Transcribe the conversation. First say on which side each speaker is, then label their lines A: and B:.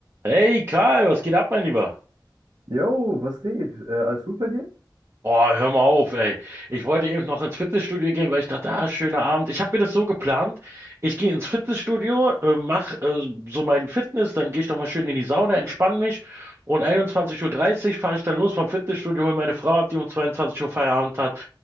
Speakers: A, on the right; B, on the right.
A: Hey Karl, was geht ab, mein Lieber?
B: Jo, was geht? Äh, alles gut bei dir?
A: Boah, hör mal auf, ey. Ich wollte eben noch ins Fitnessstudio gehen, weil ich dachte, ah, schöner Abend. Ich habe mir das so geplant. Ich gehe ins Fitnessstudio, äh, mach äh, so meinen Fitness, dann gehe ich doch mal schön in die Sauna, entspanne mich und 21.30 Uhr dreißig fahre ich dann los vom Fitnessstudio, hole meine Frau ab, die um 22 Uhr Feierabend hat